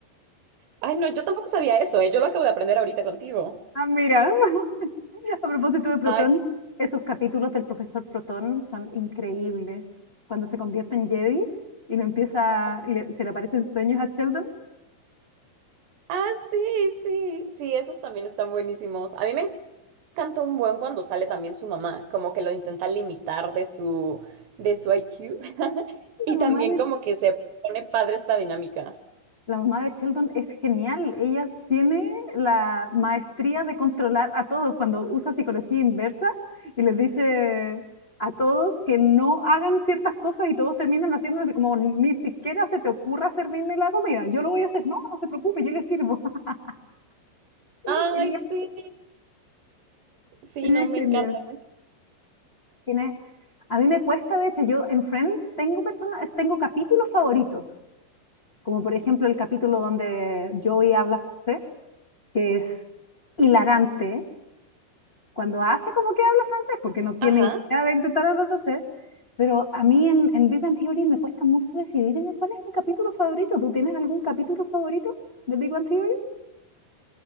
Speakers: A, on the right; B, on the left.
A: Ay, no, yo tampoco sabía eso, ¿eh? Yo lo acabo de aprender ahorita contigo.
B: Ah, mira, <laughs> a propósito de protón,
A: Ay, sí,
B: esos capítulos del profesor Protón son increíbles. Cuando se convierte en Jedi y lo empieza,
A: ok.
B: le- se le aparecen sueños a Sheldon
A: Ah, sí, sí. Sí, esos también están buenísimos. A mí me encanta un buen cuando sale también su mamá, como que lo intenta limitar de su, de su IQ. <laughs>
B: la
A: Y
B: mamá
A: también
B: de,
A: como que se pone padre esta dinámica.
B: la mamá de Sheldon es genial. Ella tiene la maestría de controlar a todos cuando usa psicología inversa y les dice a todos que no hagan ciertas cosas y todos terminan haciéndose como ni siquiera se te ocurra servirme la comida. Yo lo voy a hacer. No, no se preocupe, yo le sirvo. <laughs> Ella
A: Ay,
B: es genial.
A: sí. Sí,
B: Ella
A: no,
B: es
A: me
B: genial.
A: encanta. me encanta.
B: Tiene- a mí me cuesta, de hecho, yo en Friends tengo personas, tengo capítulos favoritos, como por ejemplo el capítulo donde Joey habla francés que es hilarante cuando hace como que habla francés, porque no tiene
A: Ajá.
B: idea de intentar hablar francés. Pero a mí en, en Big Bang Theory me cuesta mucho decidirme cuál es mi capítulo favorito. ¿Tú tienes algún capítulo favorito de Big Bang Theory?